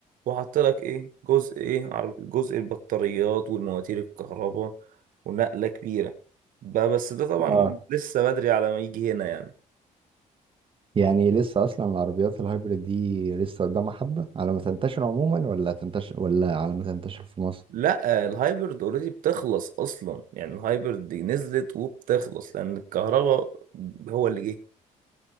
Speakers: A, on the right; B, on the right.
A: وحط لك ايه جزء ايه عر- جزء البطاريات والمواتير الكهرباء ونقلة كبيرة بقى بس ده طبعا
B: اه
A: لسه بدري على ما يجي هنا يعني
B: يعني لسه اصلا العربيات الهايبريد دي لسه قدامها حبة على ما تنتشر عموما ولا تنتشر ولا على ما تنتشر في مصر
A: لا الهايبرد اوريدي بتخلص اصلا يعني الهايبرد دي نزلت وبتخلص لان الكهرباء هو اللي جه